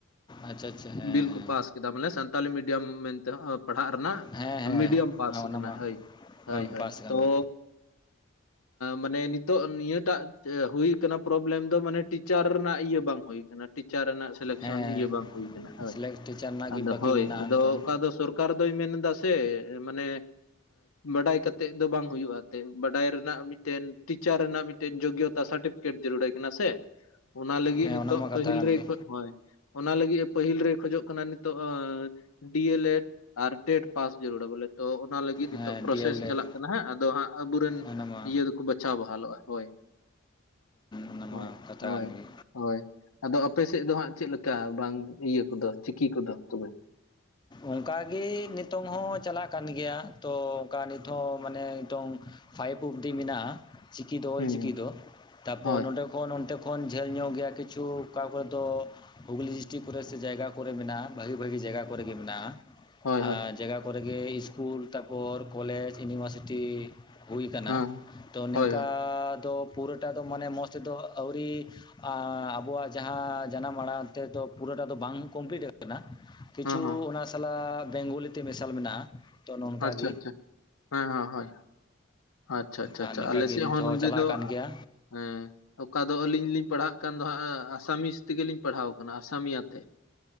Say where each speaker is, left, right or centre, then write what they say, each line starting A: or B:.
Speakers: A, on the left; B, on the left.
A: ᱟᱪᱪᱷᱟ ᱟᱪᱪᱷᱟ ᱦᱮᱸ
B: ᱵᱤᱞ
A: ᱦᱮᱸ
B: ᱠᱚ ᱯᱟᱥ ᱠᱮᱫᱟ ᱢᱟᱱᱮ ᱥᱟᱱᱛᱟᱞᱤ ᱢᱤᱰᱤᱭᱟᱢ ᱢᱮᱱᱛᱮ ᱯᱟᱲᱦᱟᱜ ᱨᱮᱱᱟᱜ
A: ᱦᱮᱸ ᱦᱮᱸ
B: ᱢᱤᱰᱤᱭᱟᱢ ᱯᱟᱥ
A: ᱦᱮᱸ ᱚᱱᱟ
B: ᱠᱟᱱᱟ
A: ᱢᱟ
B: ᱾ ᱦᱳᱭ ᱦᱳᱭ
A: ᱵᱟᱢ
B: ᱦᱳᱭ
A: ᱯᱟᱥ ᱠᱟᱱᱟ
B: ᱛᱚ ᱢᱟᱱᱮ ᱱᱤᱛ ᱱᱤᱛᱚᱜ ᱱᱤᱭᱟᱹᱴᱟᱜ ᱦᱩᱭ ᱟᱠᱟᱱᱟ ᱯᱨᱚᱵᱞᱮᱢ ᱫᱚ ᱢᱟᱱᱮ ᱴᱤᱪᱟᱨ ᱨᱮᱱᱟᱜ ᱤᱭᱟᱹ ᱵᱟᱝ ᱦᱩᱭᱩᱜ ᱟᱠᱟᱱᱟ ᱴᱤᱪᱟᱨ ᱨᱮᱱᱟᱜ ᱥᱤᱞᱮᱠᱥᱚᱱ
A: ᱦᱮᱸ
B: ᱤᱭᱟᱹ ᱵᱟᱝ ᱦᱩᱭ ᱟᱠᱟᱱᱟ ᱦᱳᱭ
A: ᱥᱤᱞᱮᱠᱥ ᱴᱤᱪᱟᱨ ᱨᱮᱱᱟᱜ
B: ᱟᱫᱚ
A: ᱜᱮ ᱵᱟᱹᱠᱤ
B: ᱦᱳᱭ
A: ᱢᱮᱱᱟᱜᱼᱟ
B: ᱟᱫᱚ
A: ᱱᱤᱛᱚᱝ
B: ᱚᱠᱟ ᱫᱚ ᱥᱚᱨᱠᱟᱨ ᱼᱠᱟᱨ ᱫᱚᱭ ᱢᱮᱱᱫᱟ ᱥᱮ ᱢᱟᱱᱮ ᱵᱟᱰᱟᱭ ᱠᱟᱛᱮᱜ ᱫᱚ ᱵᱟᱝ ᱦᱩᱭᱩᱜᱼᱟ ᱛᱮ ᱵᱟᱰᱟᱭ ᱨᱮᱱᱟᱜ ᱢᱤᱫᱴᱮᱱ ᱴᱤᱪᱟᱨ ᱨᱮᱱᱟᱜ ᱢᱤᱫᱴᱮᱱ ᱡᱳᱜᱚᱛᱟ ᱥᱟᱨᱴᱤᱯᱷᱤᱠᱮᱴ ᱡᱟᱹᱨᱩᱲ ᱟᱭ ᱠᱟᱱᱟ ᱥᱮ? ᱚᱱᱟ ᱞᱟᱹᱜᱤᱫ
A: ᱦᱮᱸ
B: ᱱᱤᱛᱚᱜ
A: ᱚᱱᱟᱢᱟ
B: ᱯᱟᱹᱦᱤᱞ
A: ᱠᱟᱛᱷᱟ ᱠᱟᱱ
B: ᱨᱮ
A: ᱜᱮ
B: ᱦᱳᱭ, ᱚᱱᱟ ᱞᱟᱹᱜᱤᱫ ᱮ ᱯᱟᱹᱦᱤᱞ ᱨᱮ ᱠᱷᱚᱡᱚᱜ ᱠᱟᱱᱟ ᱱᱤᱛᱚᱜ ᱰᱤ ᱮᱞ ᱮᱰ ᱟᱨ ᱴᱮᱹᱰ ᱯᱟᱥ ᱡᱟᱹᱨᱩᱲᱟ ᱵᱚᱞᱮ ᱛᱚ ᱚᱱᱟ ᱞᱟᱹᱜᱤᱫ ᱱᱤᱛᱚᱜ
A: ᱦᱮᱸ
B: ᱯᱨᱚᱥᱮᱥ
A: ᱰᱤ ᱮᱞ
B: ᱪᱟᱞᱟᱜ
A: ᱮᱰ
B: ᱠᱟᱱᱟ ᱦᱟᱸᱜ ᱟᱫᱚ ᱦᱟᱸᱜ ᱟᱵᱚᱨᱮᱱ
A: ᱚᱱᱟᱢᱟ
B: ᱤᱭᱟᱹ ᱫᱚᱠᱚ ᱵᱟᱪᱷᱟᱣ ᱵᱟᱦᱟᱞᱚᱜᱼᱟ ᱦᱳᱭ
A: ᱚᱱᱟᱢᱟ
B: ᱦᱳᱭ
A: ᱠᱟᱛᱷᱟ
B: ᱦᱳᱭ
A: ᱠᱟᱱ ᱜᱮ
B: ᱦᱳᱭ ᱦᱳᱭ ᱟᱫᱚ ᱟᱯᱮ ᱥᱮᱫ ᱫᱚ ᱦᱟᱸᱜ ᱪᱮᱫ ᱞᱮᱠᱟ ᱵᱟᱝ ᱤᱭᱟᱹ ᱠᱚᱫᱚ ᱪᱤᱠᱤ ᱠᱚᱫᱚ ᱛᱚᱵᱮ?
A: ᱚᱱᱠᱟ ᱜᱮ ᱱᱤᱛᱚᱝ ᱦᱚᱸ ᱪᱟᱞᱟᱜ ᱠᱟᱱ ᱜᱮᱭᱟ ᱛᱚ ᱚᱱᱠᱟ ᱱᱤᱛ ᱦᱚᱸ ᱢᱟᱱᱮ ᱱᱤᱛᱚᱝ, ᱯᱷᱟᱭᱤᱵ ᱚᱵᱽᱫᱤ ᱢᱮᱱᱟᱜᱼᱟ ᱪᱤᱠᱤ ᱫᱚ
B: ᱦᱩᱸ
A: ᱚᱞ ᱪᱤᱠᱤ ᱫᱚ ᱛᱟᱯᱚᱨ
B: ᱦᱳᱭ
A: ᱱᱚᱸᱰᱮ ᱛᱚᱠᱷᱚᱱ ᱚᱱᱛᱮ ᱠᱷᱚᱱ ᱡᱷᱟᱹᱞ ᱧᱚᱜ ᱜᱮᱭᱟ ᱠᱤᱪᱷᱩ ᱚᱠᱟ ᱠᱚᱨᱮ ᱫᱚ ᱦᱩᱜᱽᱞᱤ ᱰᱤᱥᱴᱤᱠ ᱠᱚᱨᱮ ᱥᱮ ᱡᱟᱭᱜᱟ ᱠᱚᱨᱮ ᱢᱮᱱᱟᱜᱼᱟ, ᱵᱷᱟᱹᱜᱤ ᱵᱷᱟᱹᱜᱤ ᱡᱟᱭᱜᱟ ᱠᱚᱨᱮ ᱜᱮ ᱢᱮᱱᱟᱜᱼᱟ,
B: ᱦᱳᱭ,
A: ᱟᱨ
B: ᱦᱳᱭ,
A: ᱡᱟᱜᱟ ᱠᱚᱨᱮ ᱜᱮ ᱤᱥᱠᱩᱞ ᱛᱟᱯᱚᱨ ᱠᱚᱞᱮᱡᱽ, ᱤᱭᱩᱱᱤᱵᱷᱟᱨᱥᱤᱴᱤ ᱦᱩᱭ ᱠᱟᱱᱟ,
B: ᱦᱮᱸ,
A: ᱛᱚ ᱱᱤᱝᱠᱟ
B: ᱦᱳᱭ, ᱦᱳᱭ,
A: ᱫᱚ ᱯᱩᱨᱟᱹᱴᱟ ᱫᱚ ᱢᱟᱱᱮ ᱢᱚᱡᱽ ᱛᱮᱫᱚ ᱟᱣᱨᱤ ᱟ ᱟᱵᱚᱣᱟᱜ ᱡᱟᱦᱟᱸ ᱡᱟᱱᱟᱢ ᱟᱲᱟᱝ ᱛᱮᱫᱚ ᱯᱩᱨᱟᱹᱴᱟ ᱫᱚ ᱵᱟᱝ ᱠᱚᱢᱯᱞᱤᱴ ᱟᱠᱟᱱᱟ᱾
B: ᱦᱮᱸ,
A: ᱠᱤᱪᱷᱩ
B: ᱦᱮᱸ,
A: ᱚᱱᱟ ᱥᱟᱞᱟᱜ ᱵᱮᱝᱜᱚᱞᱤ ᱛᱮ ᱢᱮᱥᱟᱞ ᱢᱮᱱᱟᱜᱼᱟ᱾ ᱛᱚ ᱱᱚᱝᱠᱟ
B: ᱟᱪᱪᱷᱟ
A: ᱜᱮ
B: ᱟᱪᱪᱷᱟ ᱦᱮᱸ ᱦᱮᱸ ᱦᱳᱭ᱾ ᱟᱪᱪᱷᱟ ᱟᱪᱪᱷᱟ
A: ᱟᱨ
B: ᱟᱪᱪᱷᱟ
A: ᱱᱤᱝᱠᱟ
B: ᱟᱞᱮ
A: ᱜᱮ
B: ᱥᱮᱫ
A: ᱱᱤᱛ
B: ᱦᱚᱸ ᱱᱚᱸᱰᱮ
A: ᱪᱟᱞᱟᱜ
B: ᱫᱚ,
A: ᱠᱟᱱ ᱜᱮᱭᱟ
B: ᱦᱮᱸ ᱚᱠᱟ ᱫᱚ ᱟᱹᱞᱤᱧ ᱞᱤᱧ ᱯᱟᱲᱦᱟᱜ ᱠᱟᱱ ᱫᱚ ᱦᱟᱸᱜ ᱟᱥᱟᱢᱤᱥ ᱛᱮᱜᱮ ᱞᱤᱧ ᱯᱟᱲᱦᱟᱣ ᱠᱟᱱᱟ ᱟᱥᱟᱢᱤᱭᱟ ᱛᱮ᱾